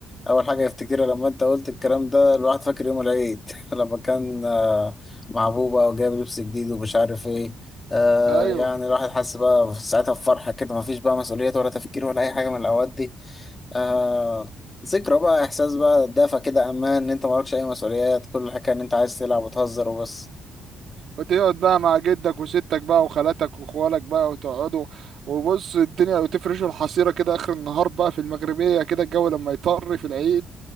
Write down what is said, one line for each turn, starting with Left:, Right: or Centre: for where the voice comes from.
Left: أول حاجة يفتكرها لما انت قلت الكلام ده الواحد فاكر يوم العيد <laughs> لما كان آه، مع بوبا وجايب لبس جديد ومش عارف ايه آه
Right: ايوه
Left: يعني الواحد حس بقى ساعتها بفرحة كده مفيش بقى مسؤوليات ولا تفكير ولا أي حاجة من الأوقات دي آه ذكرى بقى احساس بقى دافى كده امان ان انت مالكش اي مسؤوليات كل الحكايه ان انت عايز تلعب وتهزر وبس
Right: وتقعد بقى مع جدك وستك بقى وخالاتك وخوالك بقى وتقعدوا وبص الدنيا وتفرشوا الحصيرة كده آخر النهار بقى في المغربية كده الجو لما يطر في العيد